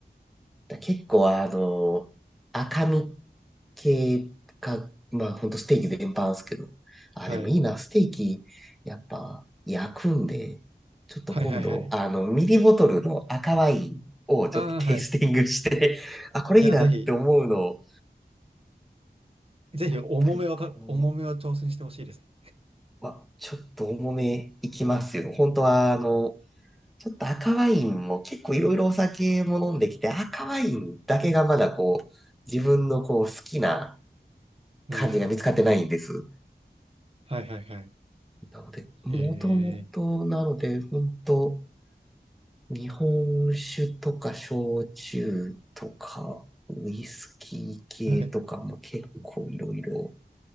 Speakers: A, in the centre; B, on the right (about 35°).
A: だ結構あの、赤身系か、まあほんとステーキ全般ですけど。あ、
B: はい。
A: でもいいな、ステーキ、やっぱ焼くんで、ちょっと今度、
B: はいはいはい。
A: あの、ミリボトルの赤ワインをちょっとテイスティングして、
B: ああ、はい。
A: <laughs> あ、これいいなって思うの、
B: いや、ぜひ。ぜひ重めをた、
A: やっぱりこ
B: 重めを挑戦してほしいですね。
A: う、まあ、ちょっと重めいきますよ。本当はあの、ちょっと赤ワインも結構いろいろお酒も飲んできて、赤ワインだけがまだこう、自分のこう好きな感じが見つかってないんです。
B: ええはいはいはい。
A: なので、もともと、
B: え
A: なので、本当日本酒とか焼酎とか、ウイスキー系とかも結構いろいろ
B: えはい。